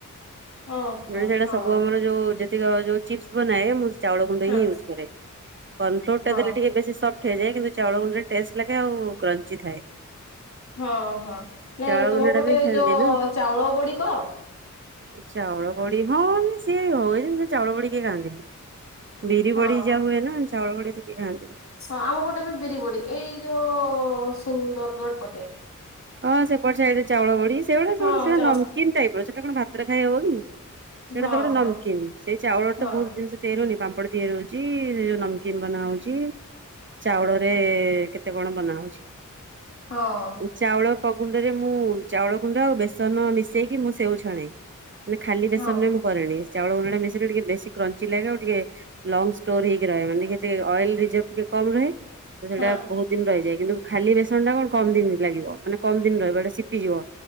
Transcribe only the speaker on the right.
ସେଟା
ସବୁ ଆମର ଯୋଉ ଯେ ଯୋଉ ଚିପସ ବନାଏ ମୁଁ ଚାଉଳ ଗୁଣ୍ଡ
ହି ୟୁଜ କରେ କର୍ଣଫ୍ଲୋର
ଟା ଦେଲେ ଟିକେ ବେଶୀ ସ ହେଇଯାଏ କିନ୍ତୁ ଚାଉଳ ଗୁଣ୍ଡରେ ଟେଷ୍ଟ ଲାଗେ ଆଉ କ୍ରଞ୍ଚି ଥାଏ।
ଚାଉଳ
ଗୁଣ୍ଡଟା
ବି
ହେଲ୍ଦି
ନା।
ଚାଉଳ ବଡି ହଁ ସିଏ ହୁଏ ସେ ଚାଉଳ ବଡି କେହି ଖାଆନ୍ତିନି। ବିରି
ବଡି ଯାହା ହୁଏ ନା ଚାଉଳ ବଡିଏତେ କେହି ଖାଆନ୍ତିନି।
ହଁ ସେପଟ ସାଇଡରେ ଚାଉଳ ବଢି ସେଇଭଳିଆ
ସେଡ ସୋ
ନମକନ୍ ଟାଇପ ର ସେଟା କଣ ଭାତରେ ଖାଇ ହବ କି। ସେଇଟା
ତ ଗୋଟେ ନମକନ୍ ସେଇ ଚାଉଳରେ
ତ ବହୁତ ଜିନିଷ ତିଆରି ହୋଉନି ପାମ୍ପଡ଼ ତିଆରି ହଉଛି ଯୋଉ ନମକନ୍ ବନା ହଉଛି। ଚାଉଳରେ କେତେ କଣ ବନାହଉଛି।
ଚାଉଳ ପ ଗୁଣ୍ଡରେ ମୁଁ ଚାଉଳ ଗୁଣ୍ଡ ଆଉ ବେସନ ମିଶେଇକି ମୁଁ ସେଉ ଚ୍ଛାଣେ ମାନେ ଖାଲି ବେସନ
ରେ ମୁଁ କରେନି ଚାଉଳ ଗୁଣ୍ଡ ଟା ମିଶେଇଲେ ଟିକେ ବେଶୀ କ୍ରଞ୍ଚି ଲାଗେ ଆଉ ଟିକେ ଲଙ୍ଗ ଷ୍ଟୋର ହେଇକି ରହେ ମାନେ ଅଏଲ ରିଜର୍ଭ ଟିକେ କମ ରହେ। ତ ସେଇଟା
ବହୁତ ଦିନ ରହିଯାଏ କିନ୍ତୁ ଖାଲି ବେସନ ଟା କଣ କମ ଦିନ। ଲାଗିବ ମାନେ କମ ଦିନ ରହିବ ଏଟା ସିପିଯିବ।